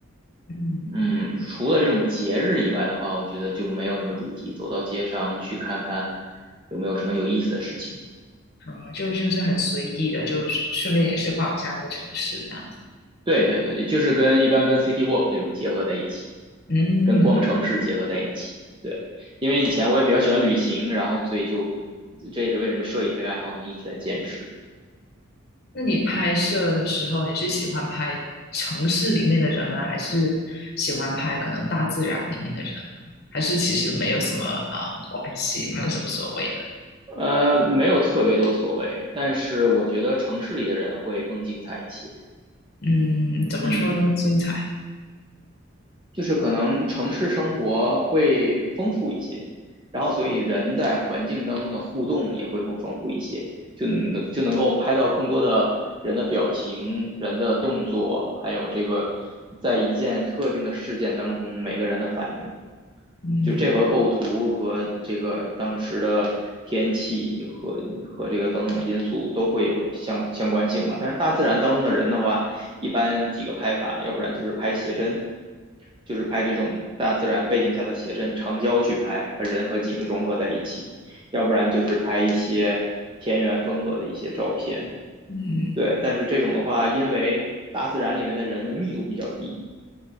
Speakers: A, on the left; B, on the right.
A: 嗯，
B: 嗯，除了这种节日以外的话，我觉得就没有什么主题，走到街上去看看有没有什么有意思的事情。
A: 啊、就就是很随意的，就顺便也是逛一下那个城市这样子。
B: 对对对，就是跟一般跟 City Walk 这种结合在一起。
A: 嗯。
B: 跟逛城市结合在一起。对，因为以前我也比较喜欢旅行，然后所以就这也是为什么摄影这个爱好能一直在坚持。
A: 那你拍摄的时候，你是喜欢拍城市里面的人呢，还是喜欢拍可能大自然里面的人呢？还是其实没有什么呃关系，没有什么所谓的？
B: 呃，没有特别多所谓，但是我觉得城市里的人会更精彩一些。
A: 嗯，怎么说呢？
B: 嗯。
A: 精彩。
B: 就是可能城市生活会丰富一些，然后所以人在环境当中的互动也会更丰富一些，就能就能够拍到更多的人的表情、
A: 嗯
B: 人的动作，还有这个在一件特定的事件当中每个人的反应。
A: 嗯
B: 就是这和构图和这个当时的天气和和这个等等的因素都会有相相关性嘛。但是大自然当中的人的话，一般几个拍法，要不然就是拍写真，就是拍这种大自然背景下的写真，长焦去拍，把人和景融合在一起；要不然就是拍一些田园风格的一些照片。
A: 嗯
B: 对，但是这种的话，因为大自然里面的人的密度比较低，